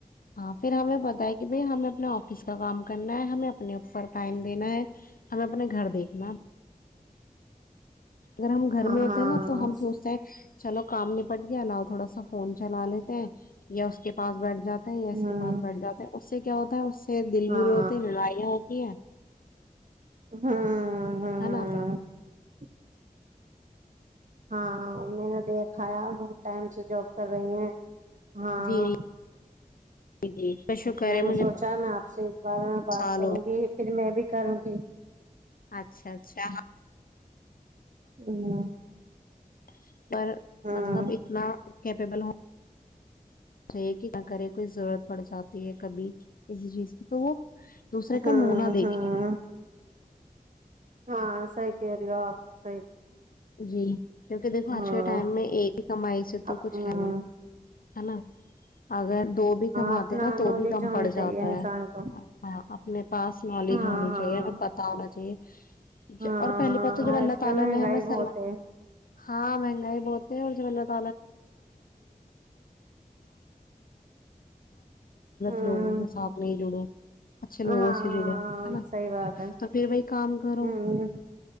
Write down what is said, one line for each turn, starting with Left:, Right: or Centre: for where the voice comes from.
Left: ہاں پھر ہمیں پت ہے کہ بھائی ہمیں اپنے آفس کا کام کرنا ہے ہمیں اپنے اوپر ٹائم دینا ہے ہمیں اپنے گھر دیکھنا ہے اگر ہم گھر
Right: ہاں
Left: میں ہوتے ہیں نا
Right: ہاں
Left: تو ہم سوچتے ہیں چلو کام نپٹ گیا لؤ تھوڑا سا فون چلا لیتے ہیں یا اس کے پاس بیٹھ جاتا اسس
Right: ہوں
Left: پس بیٹھ جاتے اس سے کیا ہوتا ہے پھر دل
Right: ہاں
Left: برے ہوتے ہیں لڑائیاں ہو دیا <unintelligible>
Right: ہاں <unintelligible> ہ ہاں
Left: ہے
Right: ہاں
Left: نا
Right: <unintelligible> ہاں میں نے دیکھایا بہت ٹائم سے جاب کر رہی ہیں ہاں
Left: جی جی جی شکر
Right: میں
Left: ہے مجھے
Right: نے سوچا میں آپ <unintelligible> شیھ <unintelligible> بارے میں بات
Left: سال
Right: کروں
Left: ہو
Right: گی پھر میں بھی <unintelligible> کرو گ <unintelligible>
Left: اچھا اچھا ہ <unintelligible>
Right: ہوں <unintelligible>
Left: اچ <unintelligible> پر
Right: ہاں
Left: مطلب اتنا کیپیبل ہو <unintelligible> چے کہ نہ کرے کوئی ضرورت پڑ جاتی ہے کبھی کسی چیز کی تو وہ دوسرے
Right: ہاں
Left: کا مونا دیکھے
Right: ہاں ہاں سح کہ ر آپ س
Left: جی کیونکہ دیکھو
Right: ہاں
Left: آج کے ٹائم میں ایک ہی کمائی سے
Right: ہاں
Left: تو کچھ ہے نہیں ہے نا <unintelligible>
Right: اپنا نالج ہونی چاہیے انسان کو ہاں ہاں ہاں آج کل مہنگائی بہت ہے
Left: ہاں مگ <unintelligible> <unintelligible> کرو گغلط
Right: ہوں
Left: لوگوں کا سات نہیں جڑو اچھے
Right: ہاں
Left: لوگوں سے جڑو ہے نا
Right: صحیح بات ہے
Left: تو پھر بائی کام کرو
Right: ہوں